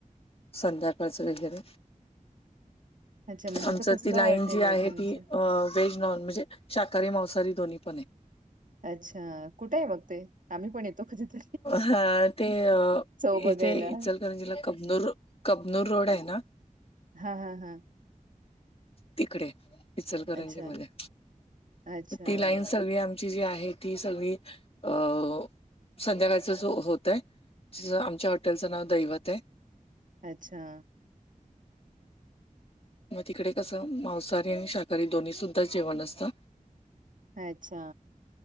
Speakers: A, on the left (about 45°); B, on the right (about 70°).
A: संध्याकाळचं वगैरे,
B: अच्छा म्हणजे
A: आमच
B: तर कसलं
A: ती लाईन
B: हॉटेल
A: जी आहे
B: तुमचं
A: ती- अ. व्हेज-नॉनव्हेज, शाकाहारी मांसाहारी दोन्ही पण आहे.
B: अच्छा. कुठे आहे मग ते? आम्ही पण येतो कधीतरी.
A: हा. ते
B: चव बघायला
A: इथे इचलकरंजीला कबनूर- कबनूर रोड आहे ना?
B: हा हा हा.
A: तिकडे. इचलकरंजी
B: अच्छा
A: मध्ये.
B: अच्छा
A: ती लाईन सगळी आमची जी आहे- ती सगळी अ- संध्याकाळंचच होतय. आमच्या हॉटेलचं नाव दैवत आहे.
B: अच्छा.
A: मग तिकडे कसं? मांसाहारी आणि शाकाहारी दोन्ही सुुद्धा जेवण असतं.
B: अच्छा.